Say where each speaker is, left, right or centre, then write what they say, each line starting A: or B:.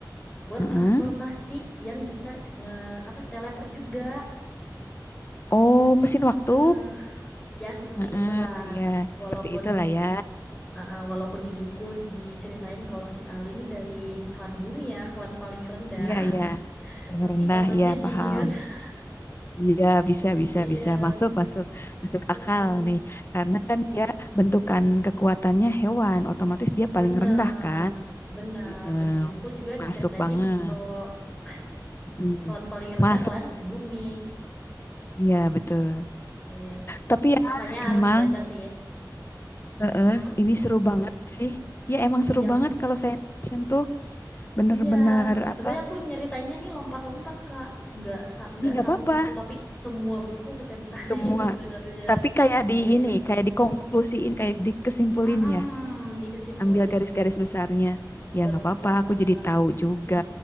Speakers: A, on the left; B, on the left.
A: buat
B: heeh.
A: transportasi yang bisa nge apa sih, teleport juga.
B: Oh, mesin waktu.
A: Eh, ya seperti
B: Heeh,
A: itulah.
B: Iya, seperti
A: Walaupun
B: itulah ya.
A: eh, eh, walaupun di buku diceritain kalau si Ali ini dari klan bumi ya, klan paling rendah,
B: Iya, iya. Yang
A: tapi
B: rendah,
A: otaknya
B: ya
A: jenius.
B: paham.
A: <laughs>
B: Iya, bisa, bisa,
A: Iya,
B: bisa. Masuk, masuk, masuk
A: eh,
B: akal
A: eh.
B: nih. Karena kan dia bentukan kekuatannya hewan, otomatis dia paling
A: benar.
B: rendah kan.
A: Benar,
B: Heeh,
A: dan di buku juga
B: masuk
A: diceritainnya
B: banget.
A: gitu. <laughs>
B: Mm.
A: Klan paling rendah,
B: Masuk,
A: klan
B: masuk.
A: bumi.
B: Iya, betul.
A: Iya,
B: Tapi ya,
A: kakaknya harus
B: emang
A: baca sih.
B: heeh,
A: Hmm?
B: ini seru banget sih. Ya, emang seru
A: Iya,
B: banget
A: kak
B: kalau saya fiction tuh bener-bener
A: Iya, sebenarnya
B: apa.
A: aku nyeritainnya nih lompat-lompat Kak, nggak sa- nggak
B: Ini nggak
A: satu
B: apa-apa.
A: buku tapi semua buku aku ceritain
B: Semua.
A: <laughs> sebenarnya.
B: Tapi kayak di
A: Iya,
B: ini, kayak dikonklusiin, kayak dikesimpulin
A: mm
B: ya.
A: dikesimpulin,
B: ambil garis-garis besarnya.
A: betul.
B: Ya nggak apa-apa, aku jadi tahu juga